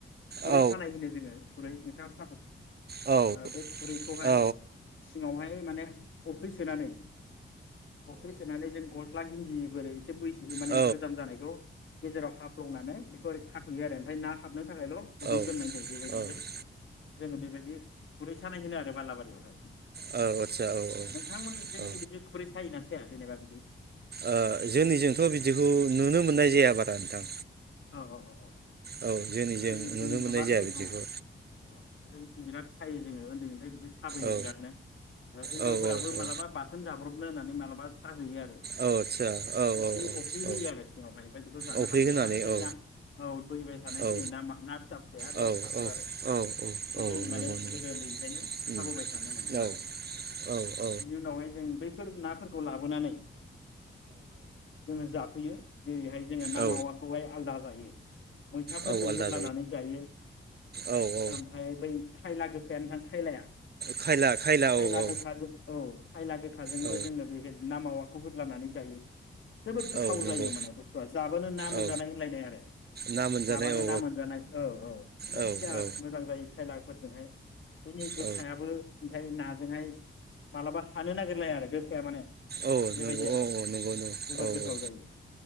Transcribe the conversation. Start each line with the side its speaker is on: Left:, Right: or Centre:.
Left: खुरै
Right: औ
Left: सानाय होनो जोङो खुरै नोंथा साफोद
Right: औ औ
Left: ओ बे खुरैखौहाय
Right: मो औ
Left: सिङावहाय माने अफ्रि सोनानै। अफ्रि सोनानै जों गस्ला। गिन्दि बोरै एसे बै। बि माने
Right: औ
Left: गोजाम जानाय। <unintelligible> गेजेराव हाफ्लंनानै बेखौ ओरै खाथेयो आरो ना आमफाय हाबनो थाखायल' गुुंदुं
Right: औ
Left: दोननाय जायो बेबायदिनो
Right: औ औ
Left: जोङो बेबायदि खुरै। सानाय होनो आरो बालाबारियावहाय।
Right: आदसा औ औ
Left: नोंथांमोननिथिं
Right: ओ
Left: बिदि खुरै सायोना सा। <unintelligible> जेनेबा बिदि।
Right: ओ जोंनिजोंथ' बिदिखौ नुनो मोननाय जाया बारा नोंथां।
Left: अअअ।
Right: औ जोंनिजों
Left: जोंनिथिं
Right: नुनो
Left: गोबां
Right: मोननाय जाया
Left: औ
Right: बिदिखौ
Left: औ जोंनिथिं बिराद सायो। जोङो ओन्दैनिफ्राय। जे साबोयो
Right: औ
Left: बिरादनो हिनजावफोराबो
Right: औ औ
Left: माबा
Right: औ
Left: बाथोन जाब्रब। होननानै माला सा होयो आरो
Right: आदसा औ
Left: अफ्रि
Right: औ औ
Left: अफ्रि होयो
Right: औ
Left: आरो सिङावहाय ओमफ्राय बेखौ जानो
Right: अफ्रि
Left: हाबनायावहाय।
Right: होनानै
Left: फैना
Right: औ
Left: औ बोहैबाय थानायफोरनि
Right: औ
Left: ना मा ना फिसा फिसाया बेयाव
Right: औ
Left: हाबो
Right: औ
Left: आरो
Right: औ
Left: बेखौ
Right: औ
Left: जों माने
Right: नंगौ नंगौ
Left: गोदो उन्दैनिफ्रायनो साबोबाय
Right: उम
Left: थानो मोनदों
Right: औ
Left: आरो ओनथां
Right: औ औ
Left: बेनि उनावहाय जों बैफोर नाफोर। खौ लाबोनानै। जोङो जाफैयो। जेरैहाय जोङो ना
Right: औ
Left: मावा। खौहाय आलदा जायो मैथाफोरजों
Right: औ आलदा
Left: होदलानानै जायो।
Right: औ औ
Left: ओमफ्राय बै खायला गोखाया नोंथां खायलाया।
Right: खायला
Left: खायला
Right: औ औ
Left: गोखाजों औ खायला गोखाजोंबो
Right: औ
Left: जोंनो बे नाम मावा। खौ होदलानानै जायो। जोबोद गोथाव
Right: औ नंगौ
Left: जायो माने बुस्थुआ जाबानो ना मोन-
Right: औ
Left: जानाय होनलायनाय आरो
Right: ना मोनजानाय
Left: जाबानो
Right: औ
Left: ना मोनजानाय औ औ माने
Right: औ
Left: बिराद
Right: औ
Left: मोजां जायो खायलाफोरजोंहाय बेनि गोखायाबो
Right: औ
Left: सिन्थाय नाजोंहाय मालाबा हानो नागिरलाया आरो गोखाया माने।
Right: औ
Left: बेबायदि
Right: नंगौ
Left: आरो
Right: औ औ नंगौ नंगौ
Left: जोबोद
Right: औ
Left: गोथाव
Right: औ
Left: जायो